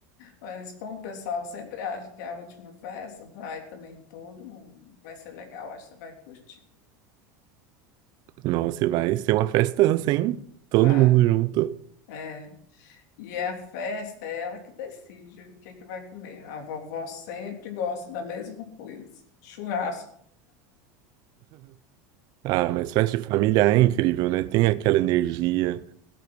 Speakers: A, on the left (about 75°); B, on the right (about 45°).
A: Mas como o pessoal sempre acha que é a última festa, vai também todo mundo. Vai ser legal, acho que você vai curtir.
B: Nossa, e vai ser uma festança, hein? Todo
A: Vai.
B: mundo junto.
A: É. E é a festa é ela que decide o que que vai comer. A vovó sempre gosta da mesma coisa, churrasco.
B: Ah, mas festa de família é incrível, né? Tem aquela energia.